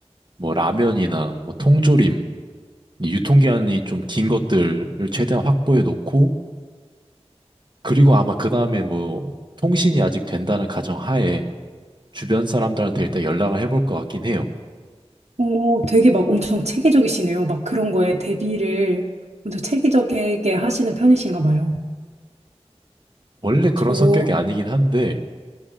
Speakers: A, on the right; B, on the right.
A: 뭐 라면이나 뭐 통조림 이 유통기한이 좀 긴 것들을 최대한 확보해 놓고, 그리고 아마 그 다음에 뭐, 통신이 아직 된다는 가정 하에 주변 사람들한테 일단 연락을 해볼 것 같긴 해요.
B: 오, 되게 막 엄청 체계적이시네요. 막 그런 거에 대비를 엄청 체계적이게 하시는 편이신가 봐요.
A: 원래 그런
B: 저,
A: 성격이 아니긴 한데,